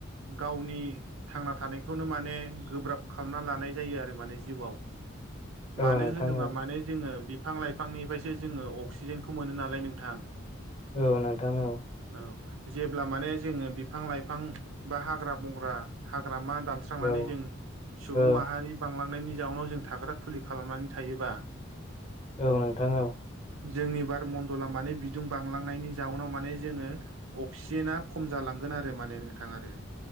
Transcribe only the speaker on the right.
गावनि थांना थानायखौनो माने गोब्राब खालामना लानाय जायो आरो माने जिउआव मानो
होनोबा
माने जोङो बिफां-लाइफांनिफायसो जोङो अक्सिजेनखौ मोनो नालाय नोंथां
औ जेब्ला माने जोङो बिफां-लाइफां बा हाग्रा बंग्रा-हाग्रा मा दानस्रा स्रांनानै
जों सुबुं
माहारि बांलांनायनि जाउनाव जों थाग्रा खुलि खालामनानै थायोबा
जोंनि बार मन्दला माने बिदुं बांलांनायनि जाउनाव माने जोङो अक्सिजेना खम जालांगोन आरो माने नोंथां आरो